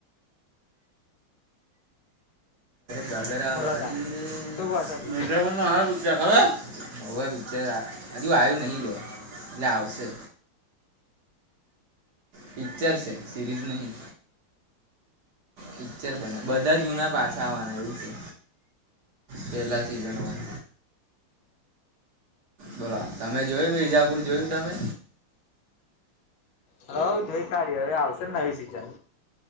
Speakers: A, on the right (about 55°); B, on the left (about 75°).
A: ઘાધરાવાડી
B: બોલો તા
A: રે
B: શું કહો છો બીજું
A: બીજા બોલ. આઉ સે ખબર હે હોવે પિક્ચર આ હજુ આવ્યું નહી લે એટલે આવશે પિક્ચર સે સિરીઝ નહી. પિક્ચર બના બધા જુના પાછા આવવાના એવું છે પેલા સિઝનમાં બોલા તમે જોયું મિરજાપુર જોયું તમે.
B: હ જોઈ કાઢી યે હવે આવશે ને નવી સિઝન.